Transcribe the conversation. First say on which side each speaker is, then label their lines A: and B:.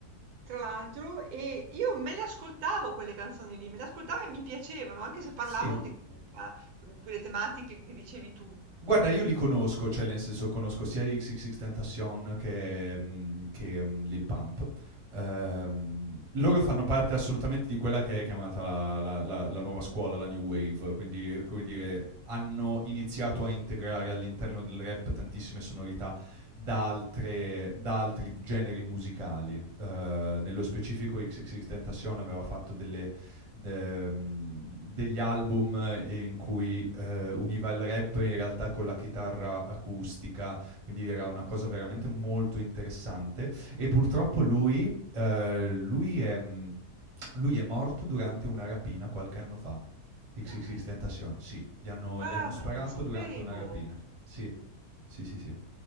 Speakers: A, on the right; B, on the right.
A: Tra l'altro, e io me le ascoltavo quelle canzoni lì, me le ascoltavo e mi piacevano, anche se parlavano
B: sì.
A: di mhmm, a quelle tematiche che dicevi tu.
B: Guarda, io li conosco, cioè nel senso conosco sia XXXTentacion che mhmm, che, mhmm, Lil Pump. Ehm, loro fanno parte assolutamente di quella che è chiamata la la la la nuova scuola, la new wave, quindi come dire, hanno iniziato a integrare all'interno del rap tantissime sonorità da altre da altri generi musicali. Ehm, nello specifico XXXTentacion aveva fatto delle de- mm, degli album in cui eh, univa il rap in realtà con la chitarra acustica, quindi era una cosa veramente molto interessante. E purtroppo lui, eh, lui è, mm, lui è morto durante una rapina qualche anno fa. XXX
A: Dai.
B: Tentacion, sì, gli hanno,
A: Ah,
B: gli hanno sparato
A: ma non lo sapevo.
B: durante una rapina. Sì, sì, sì, sì.